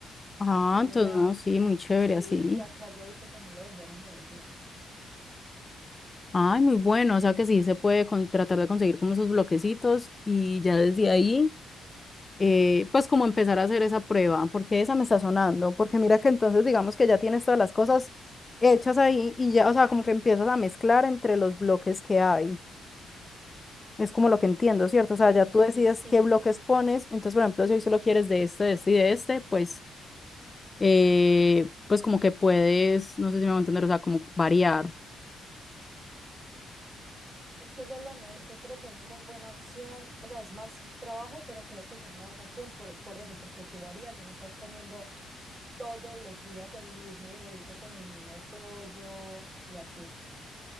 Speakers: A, on the left; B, on the right.
A: Ah,
B: Entonces
A: entonces
B: ya,
A: no, sí, muy chévere,
B: sí,
A: así.
B: y acá yo vi que también lo vendían en Medellín.
A: Ay, muy bueno. O sea que sí se puede con- tratar de conseguir como esos bloquecitos y ya desde ahí, eh, pues como empezar a hacer esa prueba, porque esa me está sonando. Porque mira que entonces digamos que ya tienes todas las cosas hechas ahí y ya, o sea, como que empiezas a mezclar entre los bloques que hay. Es como lo que entiendo, ¿cierto? O sea,
B: Sí,
A: ya tú decides
B: sí.
A: qué bloques pones. Entonces, por ejemplo, si hoy solo quieres de este, de este y de este, pues, eh, pues como que puedes, no sé si me va a entender, o sea, como variar.
B: Es que esa es la mejor, yo creo que una muy buena opción, o sea, es más trabajo, pero creo que es una buena opción por, por eso, porque tú varías y no estás comiendo todos los días el mismo burrito con el mismo pollo y así.